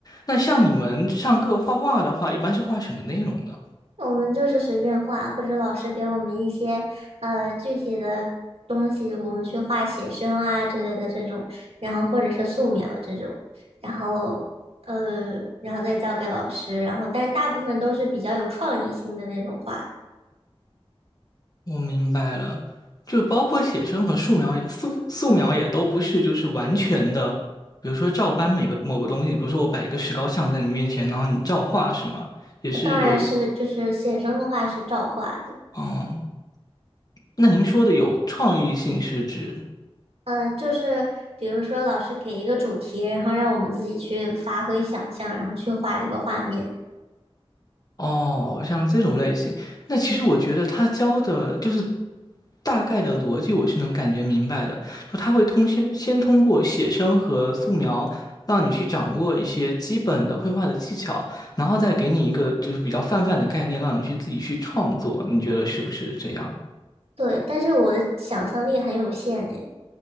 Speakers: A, on the left (about 40°); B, on the right (about 80°).
A: 那像你们上课画画的话，一般是画什么内容呢？
B: 我们就是随便画，或者老师给我们一些呃具体的东西，我们去画写生啊之类的这种，然后或者是素描这种，然后呃，然后再交给老师，然后但大部分都是比较有创意性的那种画。
A: 我明白了，就包括写生和素描也素素描也都不是就是完全的，比如说照搬每个某个东西，比如说我摆一个石膏像在你面前，然后你照画是吗？也是有，
B: 呃当然是就是写生的话是照画的，
A: 嗯，那您说的有创意性是指？
B: 呃，就是比如说老师给一个主题，然后让我们自己去发挥想象，然后去画这个画面。
A: 哦，像这种类型，那其实我觉得他教的就是大概的逻辑，我是能感觉明白的。就他会通先先通过写生和素描，让你去掌握一些基本的绘画的技巧，然后再给你一个就是比较泛泛的概念，让你去自己去创作。你觉得是不是这样？
B: 对，但是我的想象力很有限诶。